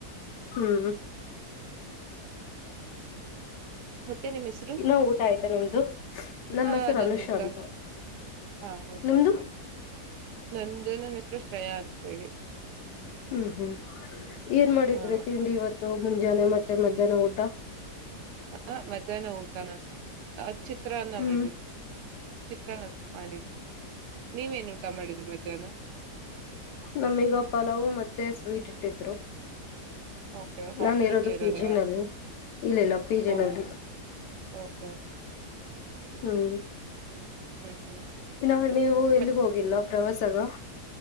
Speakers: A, on the left; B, on the right.
A: ಹ್ಮ್.
B: ಮತ್ತೆ ನಿಮ್ ಹೆಸರು
A: ಇನ್ನ ಊಟ ಆಯ್ತಾ ನಿಮ್ದು ನಮ್ಮ
B: ಹಾ
A: ಹೆಸರು
B: ನಂದು
A: ಅನುಷ
B: ಊಟ.
A: ಅಂತ
B: ಹ ಹೌದ
A: ನಿಮ್ದು
B: ನಂದು ನನ್ನ ಹೆಸರು ಶ್ರೇಯಾ ಅಂತ ಹೇಳಿ.
A: ಹ್ಮ್ ಹ್ಮ್ ಏನ್ ಮಾಡಿದ್ರೆ
B: ಹಾ
A: ತಿಂಡಿ ಇವತ್ತು ಮುಂಜಾನೆ ಮತ್ತೆ ಮಧ್ಯಾಹ್ನ ಊಟ.
B: ಆ ಮಧ್ಯಾಹ್ನ ಊಟಾನ ಆ ಚಿತ್ರನ್ನ
A: ಹ್ಮ್
B: ಮಾಡ ಚಿತ್ರ ಮಾಡಿದ್ವಿ ನೀವೇನ್ ಊಟ ಮಾಡಿದ್ರಿ ಮಧ್ಯಾಹ್ನ.
A: ನಮೀಗ ಪಲಾವು ಮತ್ತೆ ಸ್ವೀಟ್ ಇಟ್ಟಿದ್ರು.
B: ಓಕೆ ಹಾಸ್ಟ್ಲಲ್
A: ನಾನ್ ಇರೋದು
B: ಇರದಾ
A: ಪಿ ಜಿ ನಲ್ಲಿ ಇಲ್ಲ ಇಲ್ಲ ಪಿ ಜಿ
B: ಒಹ್
A: ನಲ್ಲಿ
B: ಓಕೆ. ಓಕೆ
A: ಹ್ಮ್
B: ಹ್ಮ್ ಹ್ಮ್
A: ನಾ ನೀವು ಎಲ್ಲಿಗ
B: ಮತ್-
A: ಹೋಗಿಲ್ಲ ಪ್ರವಾಸಗ.